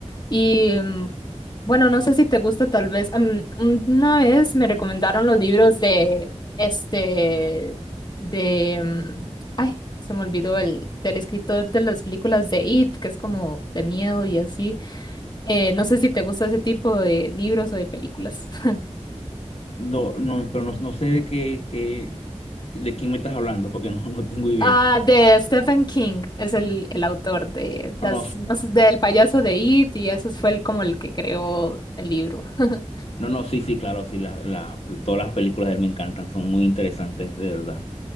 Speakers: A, on the left (about 40°); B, on the left (about 60°).
A: Y mm, bueno, no sé si te gusta tal vez, am- una vez me recomendaron los libros de, este, de, mm, ay, se me olvidó el, del escritor de las películas de It, que es como de miedo y así. Eh, no sé si te gusta ese tipo de libros o de películas. <laughs>
B: No, no, pero no, no sé de qué, qué- de quién me estás hablando porque no, no tengo idea.
A: Ah, de Stephen King, es el, el autor de las,
B: No, no,
A: no sé, del payaso de It y eso fue el, como el que creó el libro. <laughs>
B: No, no, sí, sí, claro, sí, las las- todas las películas de él me encantan, son muy interesantes, de verdad.